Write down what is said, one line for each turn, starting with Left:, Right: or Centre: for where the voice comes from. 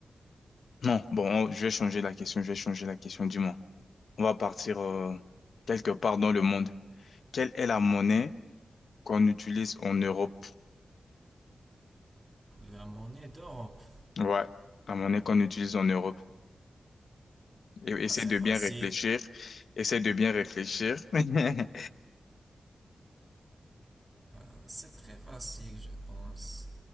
Left: non, bon, oh, je vais changer la question, je vais changer la question, dis-moi. On va partir euh, quelque part dans le monde. Quelle est la monnaie qu'on utilise en Europe?
Right: La monnaie d'Europe.
Left: Ouais, la monnaie qu'on utilise en Europe. Et, essaie
Right: Ah, c'est
Left: de
Right: facile.
Left: bien réfléchir. Essaie de bien réfléchir. <laughs>
Right: Ah, C'est très facile, je pense.